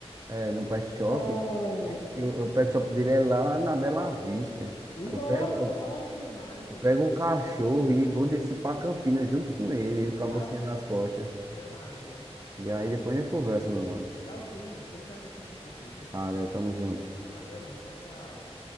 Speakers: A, on the right; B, on the left.
A: é, no pet shop.
B: Nossa.
A: Que O, o pet shop dele é lá na Bela Vista.
B: Nossa,
A: Eu pego, eu,
B: longe demais, Juninho.
A: eu pego o cachorro e vou descer pra Campinas junto com ele, ele com a bolsinha
B: Ave
A: nas costas.
B: Maria.
A: E aí depois a gente conversa, meu mano.
B: Tá ok, mano. Foi um prazer conversar contigo.
A: Valeu, tamo junto.
B: Valeu, mano. Tchau, tchau.